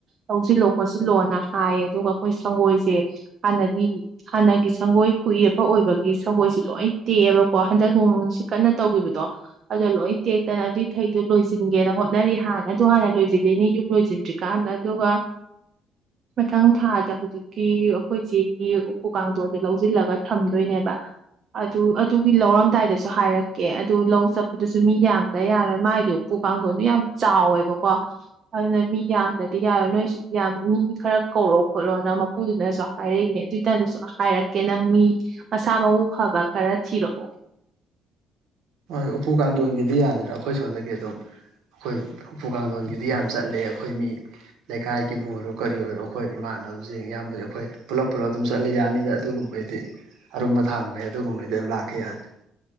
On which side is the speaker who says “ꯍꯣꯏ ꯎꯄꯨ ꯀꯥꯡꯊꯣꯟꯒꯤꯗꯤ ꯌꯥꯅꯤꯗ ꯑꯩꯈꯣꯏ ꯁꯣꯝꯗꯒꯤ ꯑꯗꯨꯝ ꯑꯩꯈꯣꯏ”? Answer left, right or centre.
Right